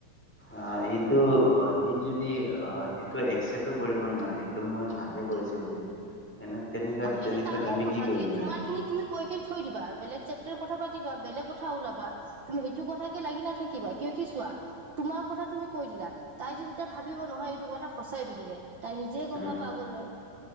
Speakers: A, in the centre; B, on the right.
A: অ', এইটো, অ', সি যদি অ'। সেইটো একচেপ্ট কৰিব নোৱাৰি, সেইটো মই ভালে কৰিছোঁ বুলি। তেনে, তেনেকুৱাত
B: অ সেইটো
A: তেনেকুৱাত
B: তাৰ লগত
A: আমি
B: কথা
A: কি কৰিব
B: তি
A: পাৰিম।
B: তোমাৰ খিনি তুমি কৈ কে থৈ দিবা, বেলেগ চেপ্টাৰ কথা পাতিবা। বেলেগ কথা ওলাবা। তুমি এইটো কথাতে লাগি নাথাকিবা, কিয়ো কি চোৱা? তোমাৰ কথা তুমি কৈ দিলা, তাই যে এতিয়া ভাবিব নহয়। এইটো কথা সঁচাই বুলিকে। তাই নিজে গম
A: উম।
B: পাব আগলৈ,